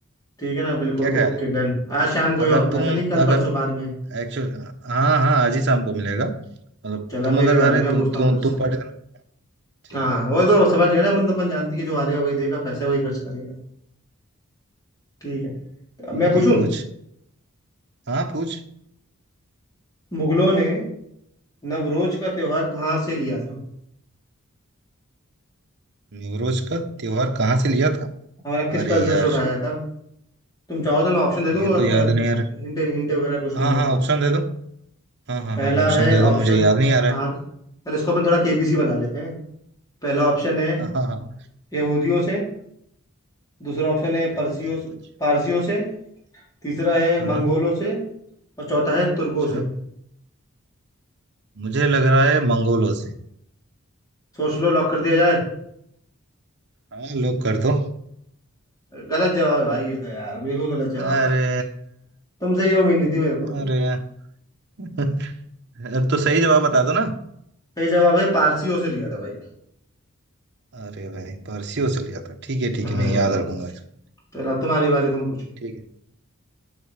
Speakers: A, on the left; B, on the right.
A: ठीक है ना बिल्कुल
B: क्या ख्याल
A: ओके
B: है
A: डन आज शाम कोई
B: अगर
A: और
B: तुम
A: ऐसा नहीं कल
B: अगर
A: परसों बाद में
B: एक्चुअल हाँ हाँ आज ही शाम को मिलेगा मतलब
A: चल
B: तुम
A: अब मेरी
B: अगर
A: बारी
B: हारे
A: मैं
B: तुम
A: पूछता
B: तु,
A: हूँ तेरे
B: तुम
A: से
B: पार्टी देना ठीक
A: हाँ
B: है
A: वो
B: पूछ
A: तो समझ गया ना अपन तो अपन जानती है कि जो हारेगा वही देगा पैसे वही खर्च करेगा ठीक है तो अब
B: ठीक
A: मैं
B: है
A: पूछूं
B: ठीक है पूछ हाँ पूछ
A: मुगलों ने नवरोज का त्योहार कहाँ से लिया था
B: नवरोज का त्योहार कहाँ से लिया था
A: हमारा किस
B: अरे
A: कल्चर
B: यार
A: से उठाया था तुम चाहो तो मैं ऑप्शन दे
B: ये
A: दूंगा अगर
B: तो
A: तुम्हें
B: याद नहीं आ रहा
A: हिंटे हिंटे वगैरह कुछ
B: हाँ
A: नहीं है
B: हाँ
A: तो
B: ऑप्शन दे दो हाँ हाँ
A: पहला
B: हाँ ऑप्शन
A: है
B: दे दो
A: ऑप्शन
B: मुझे याद नहीं आ रहा
A: हाँ
B: है
A: चल इसको अपन थोड़ा केबीसी बना लेते हैं पहला ऑप्शन है
B: हाँ हाँ हाँ
A: यहूदियों से दूसरा ऑप्शन है परसियों
B: यहूदी वॉच
A: पारसियों से तीसरा है
B: हाँ
A: मंगोलों से और चौथा है तुर्कों
B: अच्छा
A: से
B: मुझे लग रहा है मंगोलों से
A: सोच लो लॉक कर दिया जाए
B: हाँ लोग कर दो
A: गलत जवाब है भाई ये तो यार मेरे को गलत जवाब
B: अरे
A: भाई तुमसे ये उम्मीद नहीं थी मेरे को भाई
B: अरे <laughs> अब तो सही जवाब बता दो ना
A: सही जवाब है पारसियों से लिया था भाई
B: अरे भाई पारसियों से लिया था ठीक है
A: हम्म
B: ठीक है मैं याद रखूंगा इसको।
A: चलो अब तुम्हारी बारी तुम पूछो
B: ठीक है